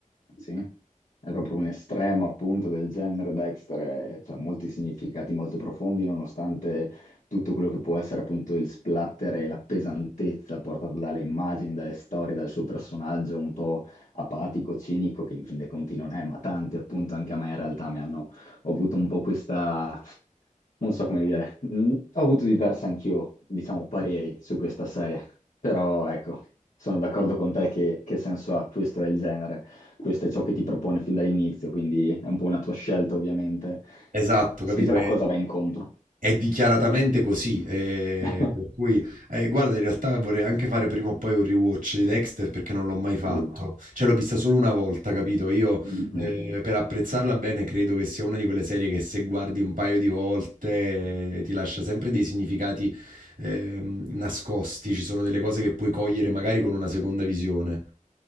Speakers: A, on the left (about 70°); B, on the right (about 85°).
A: Sì, è proprio un estremo appunto del genere Dexter, e c'ha molti significati molto profondi nonostante tutto quello che può essere appunto il splatter e la pesantezza portata dalle immagini, dalle storie, dal suo personaggio un po' apatico, cinico, che in fin dei conti non è, ma tanti appunto anche a me in realtà mi hanno ho avuto un po' questa non so come dire, Mm, ho avuto diversi anch'io, diciamo, pareri su questa serie, però ecco, sono d'accordo con te che, che senso ha, questo è il genere, questo è ciò che ti propone fin dall'inizio, quindi è un po' una tua scelta ovviamente,
B: Esatto,
A: Ah, sai
B: capito?
A: già
B: È,
A: a cosa vai incontro.
B: È dichiaratamente così, ehm,
A: <laughs>
B: per cui ehm, guarda in realtà vorrei anche fare prima o poi un rewatch di Dexter perché non l'ho mai fatto.
A: Sì.
B: Cioè l'ho vista solo una volta, capito? Io
A: Mhm.
B: ehm, per apprezzarla bene credo che sia una di quelle serie che se guardi un paio di volte eh, ti lascia sempre dei significati ehm, nascosti, ci sono delle cose che puoi cogliere magari con una seconda visione.